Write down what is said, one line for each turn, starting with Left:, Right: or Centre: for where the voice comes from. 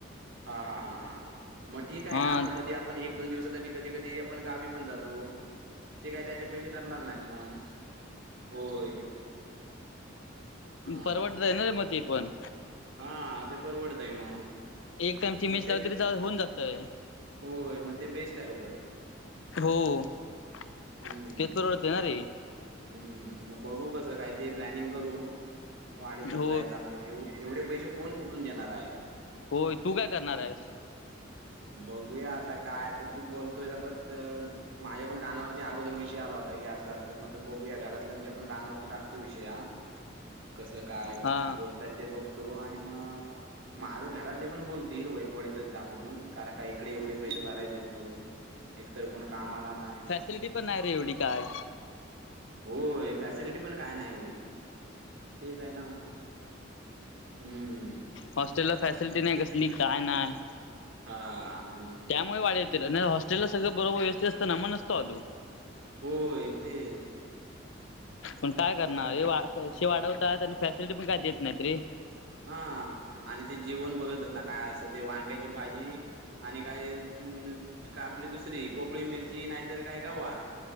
Right: हा हा हा हा मग ठीक आहे
Left: हा
Right: ना मग कधी पण एक दोन दिवसासाठी कधी कधी आपण गावी पण जातो. ते काय त्याचे पैसे धरणार नाहीत मग, होय. हा
Left: परवडत आहे ना रे मग ते पण.
Right: हा ते परवडतय मग
Left: एक टामची
Right: मग
Left: मेस
Right: ते
Left: लावली तरी होऊन जातय.
Right: होय मग ते बेस्ट आहे उलट.
Left: हो तेच
Right: हम्म
Left: परवडते ना रे,
Right: हम्म मग बघू कसं काय ते प्लॅनिंग करू वाढेतच
Left: हो
Right: जायचा मग एवढ एवढे पैसे कोण कुठून देणार आहे.
Left: होय तू काय करणार आहेस?
Right: बघूया आता काय आता, तू बोलतोय आता माझ्या पण कानावरती अगोदर विषय आला होता, की असं असं म बघूया घरातल्याच्या पण कानावरती टाकतो विषय हा, कस काय
Left: हा
Right: बोलताय ते बघतो आणि मग माझं घरातले पण बोलतील वईट बॉडीतच जा म्हणून, कारण काय इकडे एवढे पैसे भरायचे कुठून. एकतर कोण कामाला नाही.
Left: फिटी पण नाही रे एवढी काय.
Right: होय फॅसिलिटी पण काय नाही एवढी. तेच आहे ना हम्म.
Left: हॉस्टेलला फॅसिलिटी नाही, कसली काय नाही.
Right: हा म
Left: त्यामुळे वाढ येतील आणि हॉस्टेलला सगळं बरोबर व्यस्थ असं ना मग नसतो आलो.
Right: होय तेच.
Left: पण काय करणार.
Right: असं आहे.
Left: हे वा पैसे वाढवतात आणि फॅसिलिटी पण काय देत नाहीत रे.
Right: हा आणि ते जेवण बघितलंस ना काय असतं, ते वांग्याची भाजी आणि काय अ आपली दुसरी भोपळी मिरची नाहीतर, काय गवार.